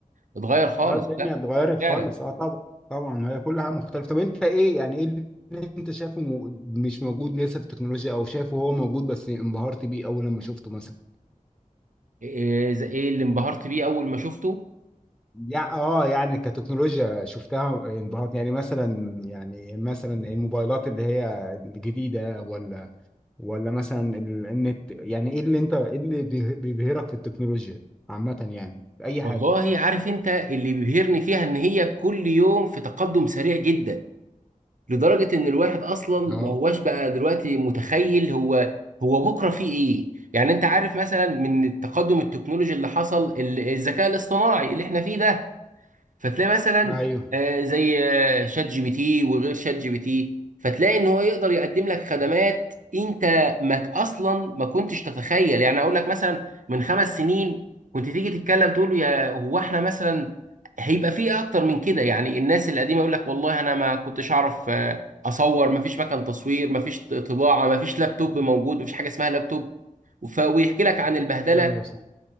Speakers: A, on the right; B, in the centre.
A: اتغير خالص
B: اه الدنيا
A: لا
B: اتغيرت
A: فعلا
B: خالص اه طبعا طبعا هي كل حاجه مختلفه طب انت ايه يعني ايه اللي انت شايفه مو- مش موجود لسه في التكنولوجيا او شايفه هو موجود بس انبهرت بيه اول لما شفته مثلا
A: ايه إيه إيه اللي انبهرت بيه اول ما شفته
B: يعني اه يعني كتكنولوجيا شفتها انبهرت يعني مثلا يعني مثلا الموبايلات اللي هي الجديده ولا ولا مثلا النت يعني ايه اللي انت ايه اللي بيه- بيبهرك في التكنولوجيا عامه يعني في اي
A: والله
B: حاجه
A: عارف انت اللي بيبهرني فيها ان هي كل يوم في تقدم سريع جدا لدرجة ان الواحد اصلا ما
B: اه
A: هواش بقى دلوقتي متخيل هو هو بكرة فيه ايه يعني انت عارف مثلا من التقدم التكنولوجي اللي حصل ال- الذكاء الاصطناعي اللي احنا فيه ده فتلاقي مثلا
B: ايوه
A: آه، زي آه، شات جي بي تي وغير شات جي بي تي فتلاقي ان هو يقدر يقدم لك خدمات انت ما اصلا ما كنتش تتخيل يعني اقول لك مثلا من خمس سنين كنت تيجي تتكلم تقول له يا هو احنا مثلا هيبقى فيه اكتر من كده يعني الناس القديمه يقول لك والله انا ما كنتش اعرف آه، اصور ما فيش مكان تصوير ما فيش طباعه ما فيش لابتوب موجود ما فيش حاجه اسمها لابتوب وف- ويحكي لك عن البهدله
B: ايوه صح